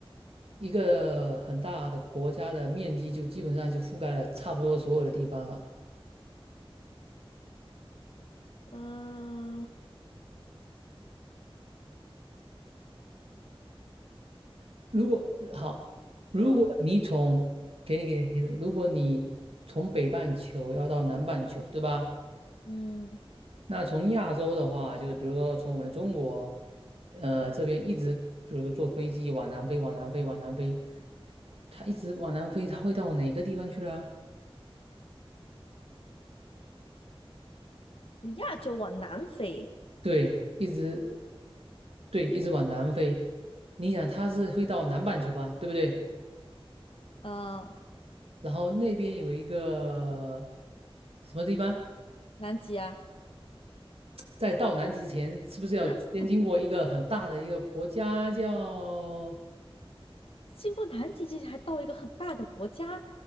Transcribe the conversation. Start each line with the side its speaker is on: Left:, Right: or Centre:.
Right: 一个很大的国家的面积就基本上就覆盖了差不多所有的地方了。
Left: 呃，
Right: 如果好，如果你从给你个点提示，
Left: 俄罗斯，
Right: 如果你从北半球要到南半球，对吧？
Left: 嗯，
Right: 那从亚洲的话，就是比如说从我们的中国，呃，这边一直，比如说坐飞机往南飞，往南飞，往南飞，它一直往南飞，它会到哪个地方去了啊
Left: 从亚洲往南飞，
Right: 对，一直对，一直往南飞。你想它是会到南半球吧，对不对？
Left: 啊，
Right: 然后那边有一个什么地方，
Left: 南极啊，
Right: 在到南极之前，是不是要先经过一个很大的一个国家叫？
Left: <laughs> 经过南极这些，还到一个很大的国家。